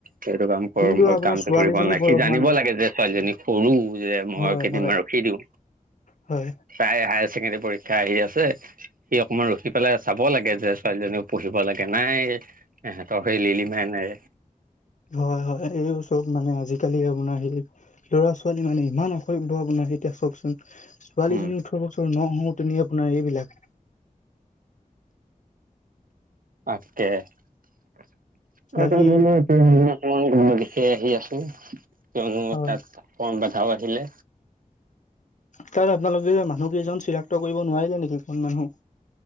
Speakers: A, on the right; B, on the left.
A: সেইটো কাম কৰ
B: কিন্তু
A: মই
B: আপোনাৰ
A: কামটো
B: ছোৱালীজনী
A: কৰিব নালাগে
B: বয়স
A: সি জানিব
B: হোৱা নাই
A: লাগে যে ছোৱালীজনী সৰু যে মই
B: হয়
A: কেইদিন
B: হয়
A: বাৰু ৰখি দিওঁ।
B: হয়।
A: তাইৰ হায়াৰ ছেকেণ্ডেৰী পৰীক্ষা আহি আছে, সি অকনমান ৰখি পেলাই চাব কব লাগে যে ছোৱালীজনীও পঢ়িব লাগে নাই এহঁতৰ সেই লিলিমাই নেৰে।
B: হয় হয়, এই চব মানে আজিকালি আপোনাৰ সেই ল'ৰা ছোৱালী মানে ইমান অসভ্য আপোনাৰ এতিয়া চকচোন ছোৱালীজনী
A: উম
B: ওঠৰ বছৰ নহওঁতে আপোনাৰ এইবিলাক
A: তাকে, <unintelligible> <unintelligible>
B: বাকী
A: দিশে আহি আছোঁ, কিয়নো
B: হয়
A: তাত অকমান বাধাও আহিলে।
B: তাত আপোনালোকে যে মানুহ কেইজন চিনাক্ত কৰিব নোৱাৰিলে নেকি কোন মানুহ?